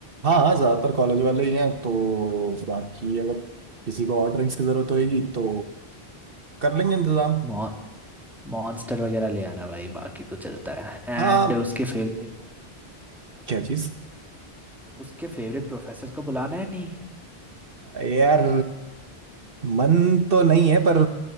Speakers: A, on the right; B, in the centre.
A: हाँ हाँ ज्यादातर कॉलेज वाले ही हैं तो बाकी अगर किसी को और ड्रिंक्स की जरूरत होगी तो कर लेंगे इंतजाम
B: मॉन मॉन्स्टर वगैरह ले आना भाई बाकी तो चलता है एंड
A: हाँ
B: उसके फेवरेट
A: क्या चीज
B: उसके फेवरेट प्रोफेसर को बुलाना है नहीं
A: यार मन तो नहीं है पर